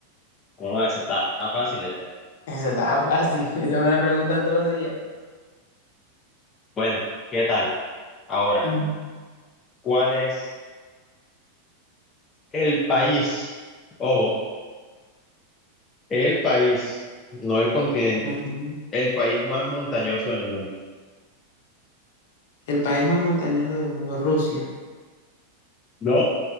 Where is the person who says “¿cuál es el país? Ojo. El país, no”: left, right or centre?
Left